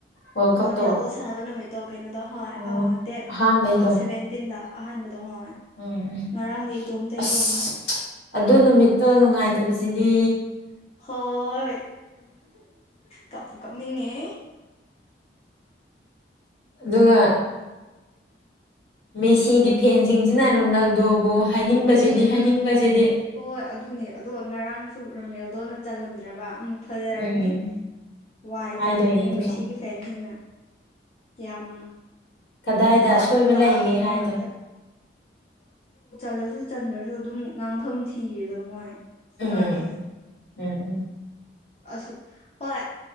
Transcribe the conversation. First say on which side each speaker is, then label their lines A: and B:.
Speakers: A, on the left; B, on the left.
A: ꯋꯥꯔꯜ ꯀꯞꯇꯣ
B: ꯔꯣꯅꯦꯜꯗꯣ ꯁꯥꯟꯅꯕ ꯅꯨꯃꯤꯠ꯫ ꯀꯩꯅꯣꯗꯣ ꯍꯣꯏ
A: ꯎꯝ
B: ꯗꯦꯠ
A: ꯑꯍꯥꯟꯕꯩꯗꯣ
B: ꯁꯦꯕꯦꯟꯇꯤꯟꯗ꯫ ꯑꯍꯥꯟꯗ꯫ ꯗꯣ ꯍꯣꯏ
A: ꯎꯝ
B: ꯉꯔꯥꯡꯗꯤ ꯏꯗꯣꯝꯇ
A: ꯑꯁ
B: ꯌꯦꯡꯉꯦ꯫
A: ꯑꯗꯨ ꯅꯨꯃꯤꯠꯇꯣ ꯅꯨꯡꯉꯥꯏꯇꯕꯁꯤꯗꯤ꯫
B: ꯍꯣꯏ ꯀꯄ ꯀꯞꯅꯤꯡꯉꯦ꯫
A: ꯑꯗꯨꯒ ꯃꯦꯁꯤꯒꯤ ꯐꯦꯟꯁꯤꯡꯁꯤꯅ ꯔꯣꯅꯥꯜꯗꯣꯕꯨ꯫ ꯍꯥꯏꯅꯤꯡꯕꯁꯤꯗꯤ
B: ꯎꯝ
A: ꯍꯥꯏꯅꯤꯡꯕꯁꯤꯗꯤ
B: ꯍꯣꯏ ꯑꯗꯨꯅꯦ ꯑꯗꯨꯒ ꯉꯔꯥꯡꯁꯨ ꯔꯣꯅꯦꯜꯗꯣ ꯅ꯫ ꯆꯜꯂꯝꯗ꯭ꯔꯕ꯫ ꯎꯝ ꯐꯖꯔꯅꯤ
A: ꯎꯝ
B: ꯋꯥꯏ
A: ꯍꯥꯏꯗꯣꯏꯅꯦ
B: ꯆꯥꯏꯔꯅꯤ
A: ꯑꯗꯨ
B: ꯃꯦꯁꯤꯒꯤ
A: ꯁꯨꯝ
B: ꯐꯦꯟꯁꯤꯡꯅ꯫ ꯌꯥꯝ꯫
A: ꯀꯗꯥꯏꯗ
B: ꯆꯥꯕ
A: ꯑꯁꯣꯏꯕ
B: ꯇꯥꯗꯕ
A: ꯂꯩꯒꯦ ꯍꯥꯏꯗꯣ
B: ꯉꯥꯛꯇꯥ꯫ ꯍꯜꯂꯁꯨ ꯆꯟꯗ꯭ꯔꯁꯨ ꯑꯗꯨꯝ ꯉꯥꯡꯐꯝ ꯊꯤꯔꯦꯗꯣ ꯃꯣꯏ꯫
A: ꯎꯝ
B: ꯉꯛꯑꯦ
A: ꯎꯝ꯫
B: ꯑꯁꯨ ꯍꯣꯏ